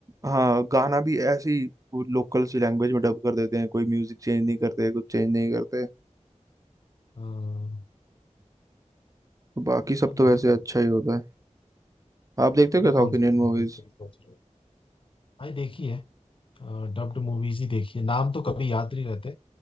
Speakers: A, on the right; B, on the left.
A: हाँ गाना भी ऐसे ही वो लोकल सी लैंग्वेज में डब कर देते हैं कोई म्यूजिक चेंज नहीं करते कुछ चेंज नहीं करते
B: हाँ,
A: तो बाकी सब
B: अब
A: तो
B: भाई
A: वैसे
B: क्या
A: अच्छा
B: होता
A: ही होता
B: है
A: है आप देखते
B: अभी
A: हो क्या साउथ
B: कौन सी
A: इंडियन मूवीज
B: मूवी देखने की सोच रहे हो भाई देखी है डब्ड मूवीज ही देखी है नाम तो कभी याद नहीं रहते